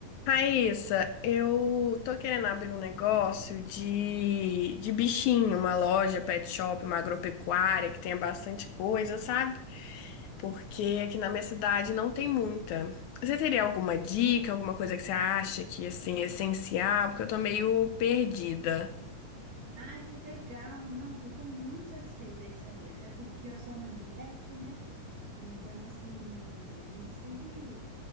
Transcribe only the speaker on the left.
Raíssa, eu tô querendo abrir um negócio de, de bichinho, uma loja, pet shop, uma agropecuária que tenha bastante coisa, sabe? Porque aqui na minha cidade não tem muita. Você teria alguma dica, alguma coisa que você acha que assim é essencial? Porque eu tô meio perdida.